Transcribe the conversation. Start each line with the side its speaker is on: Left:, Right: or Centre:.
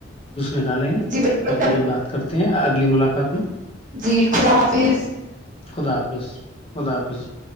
Left: نکالیں گے
Right: جی بالکل
Left: پھر
Right: چلو
Left: کبھی بات کرتے ہیں اگلی ملاقات میں
Right: جی خدا حافظ
Left: خدا حافظ خدا حافظ <inaudible>